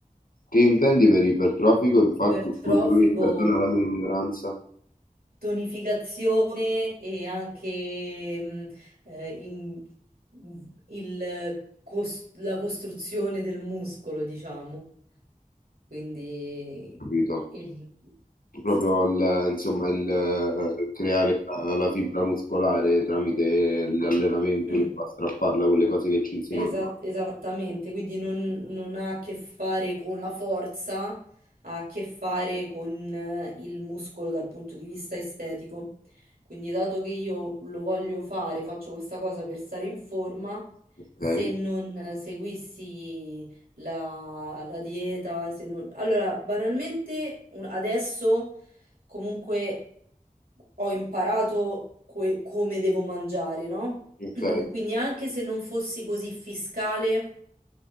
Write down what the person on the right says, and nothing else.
ipertrofico,
tonificazione e anche mh, eh, in- il cos- la costruzione del muscolo, diciamo. Quindi
il...
sì.
<clears throat>
Esat- esattamente, quindi non, non ha a che fare con la forza, ha a che fare con eh, il muscolo dal punto di vista estetico. Quindi, dato che io lo voglio fare, faccio questa cosa per stare in forma,
se non eh, seguissi la, la dieta, se non... Allora, banalmente, un- adesso comunque ho imparato que- come devo mangiare, no?
<clears throat> Quindi anche se non fossi così fiscale,